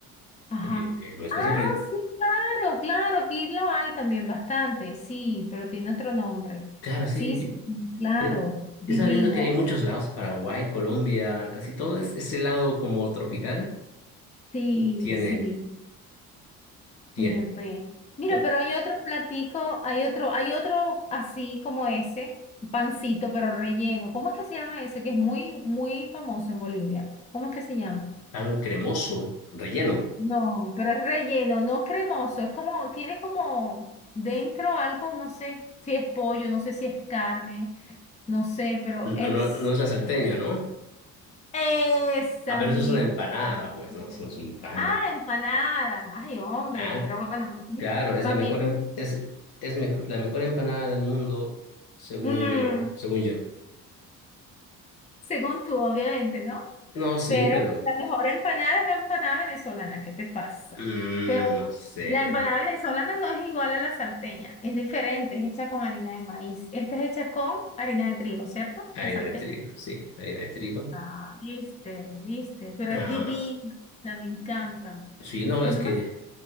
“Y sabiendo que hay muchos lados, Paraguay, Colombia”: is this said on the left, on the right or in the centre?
Left